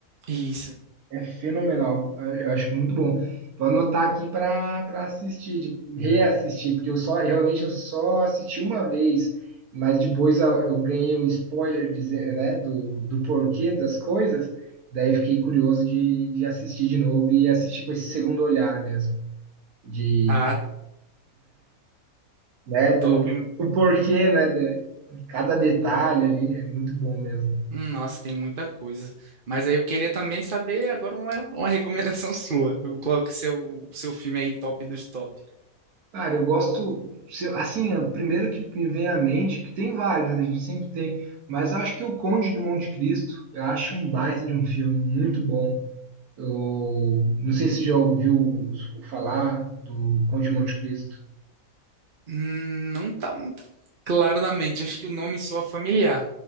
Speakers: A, on the right; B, on the right.
A: isso.
B: É fenomenal. Eu acho muito bom. Vou anotar aqui para para assistir, de- reassistir, porque eu só realmente eu só assisti uma vez, mas depois eu eu ganhei um spoiler dizer, né, do, do porquê das coisas, daí eu fiquei curioso de, de assistir de novo e assistir com esse segundo olhar mesmo, de,
A: Ah,
B: né, do,
A: top.
B: do porquê, né, de cada detalhe ali, é muito bom mesmo.
A: Hum, Nossa, tem muita coisa. Mas aí eu queria também saber agora uma, uma <laughs> recomendação sua. Qual que é o seu, o seu filme aí top dos top?
B: Cara, eu gosto, se eu- assim, é o primeiro que me vem à mente, que tem vários, né, a gente sempre tem, mas eu acho que o Conde do Monte Cristo, eu acho um baita de um filme, muito bom. Eu não sei se você já ouviu falar do Conde de Monte Cristo.
A: Hum, não tá muito claro na mente. Acho que o nome soa familiar.